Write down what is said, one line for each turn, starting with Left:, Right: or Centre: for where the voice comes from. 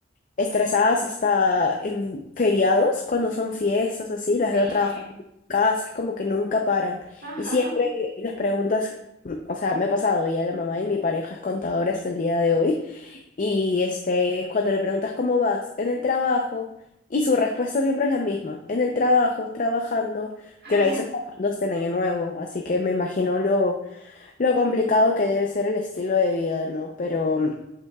Left: estresadas hasta en feriados, cuando son fiestas así, las
Right: Sí.
Left: veo trabajando en casa, es como que nunca paran.
Right: Ajá.
Left: Y siempre
Right: <laughs>
Left: les preguntas, mm, o sea, me ha pasado, ya la mamá de mi pareja es contadora hasta el día de hoy, y este, cuando le preguntas cómo vas en el trabajo, y su respuesta siempre es la misma, en el trabajo, trabajando,
Right: Ah,
Left: yo la hice trabajando hasta el año nuevo, así que me imagino lo, lo complicado que debe ser el estilo de vida, ¿no? Pero... mm,